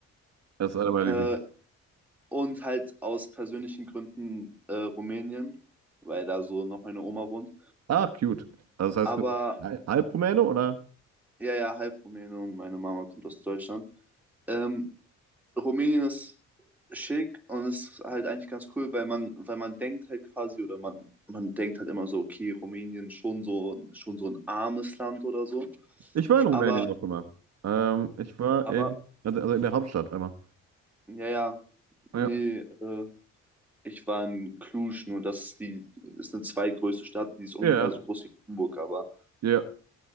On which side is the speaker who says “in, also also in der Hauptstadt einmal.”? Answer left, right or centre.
Right